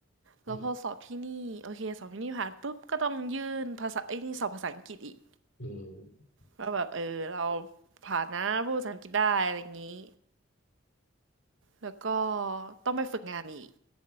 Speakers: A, on the left; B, on the right.
A: อืม
B: แล้วพอสอบที่นี่โอเคสอบที่นี่ผ่านปุ๊บก็ต้องยื่นภาษาไอ้นี่สอบภาษาอังกฤษอีก
A: อืม
B: ว่าแบบเออเราผ่านนะพูดภาษาอังกฤษได้อะไรอย่างนี้แล้วก็ต้องไปฝึกงานอีก